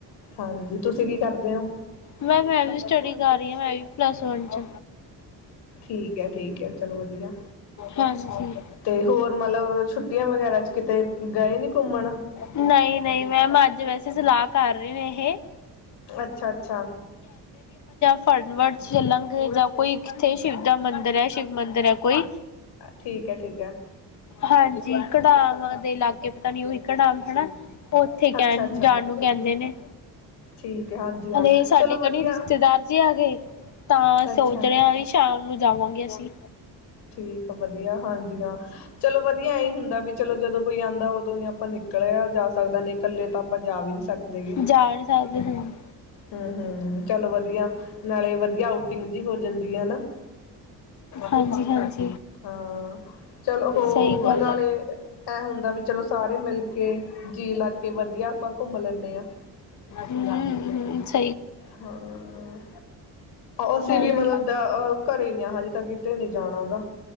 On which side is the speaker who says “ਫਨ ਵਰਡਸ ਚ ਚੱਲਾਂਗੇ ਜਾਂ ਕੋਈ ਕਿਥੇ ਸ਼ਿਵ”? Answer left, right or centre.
Left